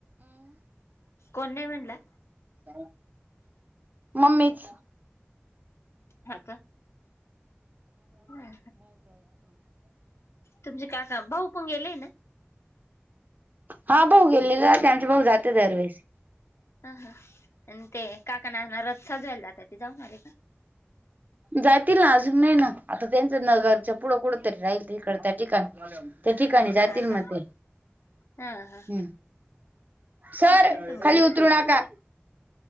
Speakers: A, on the left; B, on the right.
A: कोण नाही म्हणलं.
B: ह मम्मीच
A: हा का ह तुमचे काका भाऊ पण गेलेय ना
B: हा भाऊ गेलेले आमचे भाऊ जाते दरवेळेस.
A: ह हा आणि ते काकणहणार रत सजवायला जातात ते जाऊन आले का
B: जाततील ना अजून नाही ना आता त्यांच नगरच्या पुढं पुुढं तरी राहील तिकड त्या ठिकाणी त्या ठिकाणी जातील
A: हा का
B: मग ते
A: हा हा
B: हम् सर
A: तेच म्हणत मग
B: खाली उतरू नका.